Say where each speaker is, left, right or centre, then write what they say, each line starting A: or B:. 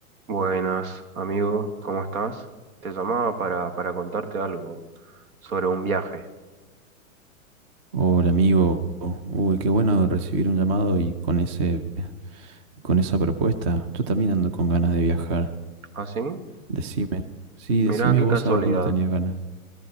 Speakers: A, on the right; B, on the right.
A: Buenas, amigo, ¿cómo estás? Te llamaba para, para contarte algo sobre un viaje.
B: Hola amigo, uy, qué bueno recibir un llamado y con ese, con esa propuesta. Yo también ando con ganas de viajar.
A: ¿Ah, sí?
B: Decime, sí, decime
A: Mirá, qué
B: vos
A: casualidad.
B: a dónde tenías ganas.